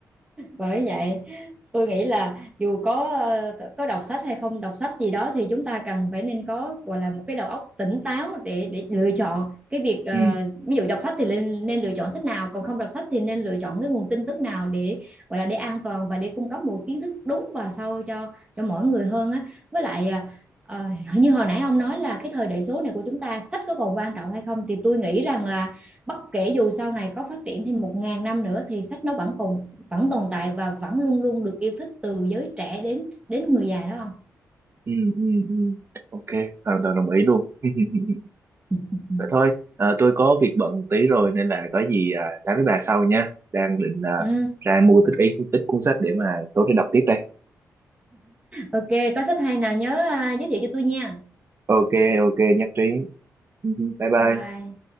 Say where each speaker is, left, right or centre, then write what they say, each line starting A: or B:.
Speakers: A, on the right (about 20°); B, on the right (about 40°).
A: bởi vậy tôi nghĩ là dù có ờ, có đọc sách hay không đọc sách gì đó thì chúng ta cần phải nên có gọi là một cái đầu óc tỉnh táo để để lựa chọn cái việc ờ,
B: ừ
A: ví dụ đọc sách thì nên nên lựa chọn sách nào còn không đọc sách thì nên lựa chọn cái nguồn tin tức nào để gọi là để an toàn và để cung cấp một kiến thức đúng và sâu cho cho mỗi người hơn á với lại à, ờ, như hồi nãy ông nói là cái thời đại số này của chúng ta sách có còn quan trọng hay không thì tôi nghĩ rằng là bất kể dù sau này có phát triển thêm một ngàn năm nữa thì sách nó vẫn còn vẫn tồn tại và vẫn luôn luôn được yêu thích từ giới trẻ đến đến người già đó
B: ừ ừ ừ ok hoàn toàn đồng ý luôn <laughs>
A: không?
B: vậy thôi ờ, tôi có việc bận tí rồi nên là có gì à, nói với bà sau nha đang định à,
A: Ừ,
B: ra mua tích ít ít cuốn sách để mà tối nay đọc tiếp đây
A: ok, có sách hay nào nhớ à, giới thiệu cho tôi nha.
B: ok ok nhất trí <laughs> bye
A: Bye
B: bye
A: bye.